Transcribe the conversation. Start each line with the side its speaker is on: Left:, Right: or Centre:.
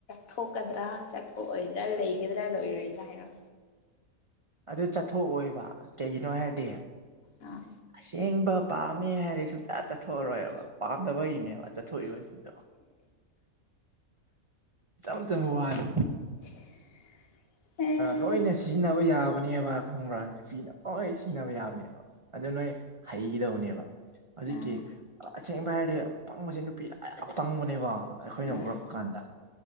Left: ꯊꯣꯛꯀꯗ꯭ꯔꯥ ꯆꯠꯊꯣꯛꯑꯣꯏꯗ꯭ꯔꯥ ꯂꯩꯒꯗ꯭ꯔꯥ ꯂꯣꯏꯔꯣꯏꯗ꯭ꯔꯥ ꯍꯥꯏꯔ‌ꯣ
Right: ꯑꯗꯨ ꯆꯠꯊꯣꯛꯑꯣꯏꯕ ꯀꯩꯒꯤꯅꯣ ꯍꯥꯏꯔꯗꯤ
Left: ꯑꯥ
Right: ꯑꯁꯦꯡꯕ ꯄꯥꯝꯃꯦ ꯍꯥꯏꯔꯗꯤ ꯁꯨꯡꯇ ꯆꯠꯊꯣꯛꯑꯔꯣꯏꯕ ꯄꯥꯝꯗꯕꯒꯤꯅꯦꯕ ꯆꯠꯊꯣꯛꯏꯕꯁꯤꯡꯗꯣ ꯏꯆꯝ ꯆꯝꯕ ꯋꯥꯗ
Left: <unintelligible> ꯑꯦ
Right: ꯂꯣꯏꯅ ꯁꯤꯖꯤꯟꯅꯕ ꯌꯥꯕꯅꯦꯕ ꯈꯪꯕ꯭ꯔꯥ ꯅꯨꯄꯤꯅ ꯂꯣꯏ ꯁꯤꯖꯤꯟꯅꯕ ꯌꯥꯕꯅꯦꯕ ꯑꯗꯨ ꯅꯣꯏ ꯍꯩꯒꯗꯕꯅꯦꯕ ꯍꯧꯖꯤꯛꯀꯤ
Left: ꯑꯥ
Right: ꯑꯁꯦꯡꯕ ꯍꯥꯏꯔꯗꯤ ꯄꯪꯕꯁꯦ ꯅꯨꯄꯤ ꯂ ꯌꯥꯝ ꯄꯪꯕꯅꯦꯀꯣ ꯑꯩꯈꯣꯏꯅ
Left: ꯑꯥ
Right: ꯎꯔꯛꯄ ꯀꯥꯟꯗ